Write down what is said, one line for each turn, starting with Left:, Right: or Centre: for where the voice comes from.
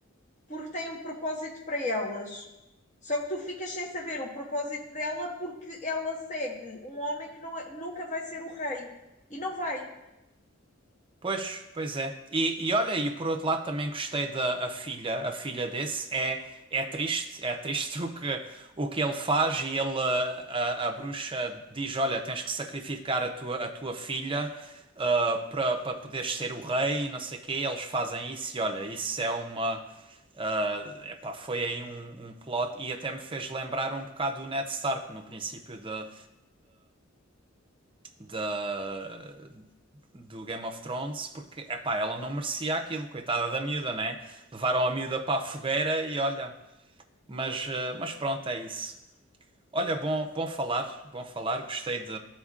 Left: porque tem um propósito para elas. Só que tu ficas sem saber o propósito dela porque ela segue um homem que não é- nunca vai ser o rei. E não vai.
Right: Pois, pois é. E, e olha aí, por outro lado também gostei da a filha, a filha desse é é triste, é triste <laughs> o que o que ele faz e ele eh, a, a bruxa diz, olha, tens que sacrificar a tua a tua filha ah, para para poderes ser o rei e não sei o quê. Eles fazem isso e olha, isso é uma ah, epá, foi aí um, um plot e até me fez lembrar um bocado do Ned Stark no princípio da da, do Game of Thrones porque, epá, ela não merecia aquilo, coitada da miúda, né? Levaram a miúda para a fogueira e olha, mas, eh, mas pronto, é isso. Olha, bom, bom falar, bom falar, gostei de,